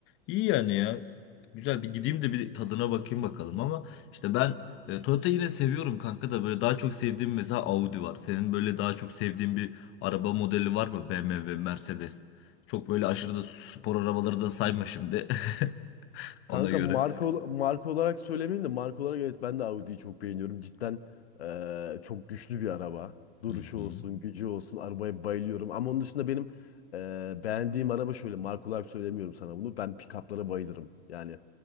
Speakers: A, on the left; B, on the left.
A: İyi yani ya. Güzel bir gideyim de bir tadına bakayım bakalım ama işte ben e, Toyota yine seviyorum kanka da böyle daha çok sevdiğim mesela Audi var. Senin böyle daha çok sevdiğin bir araba modeli var mı? BMW, Mercedes. Çok böyle aşırı da spor arabaları da sayma şimdi <laughs>
B: Kanka
A: ona göre.
B: marka Yani ol- marka olarak söylemeyeyim de marka olarak evet ben de Audi'yi çok beğeniyorum. Cidden eee, çok güçlü bir araba. Duruşu
A: Hı hı.
B: olsun, gücü olsun, arabaya bayılıyorum. Ama onun dışında benim eee, beğendiğim araba şöyle marka olarak söylemiyorum sana bunu. Ben pick-up'lara bayılırım. Yani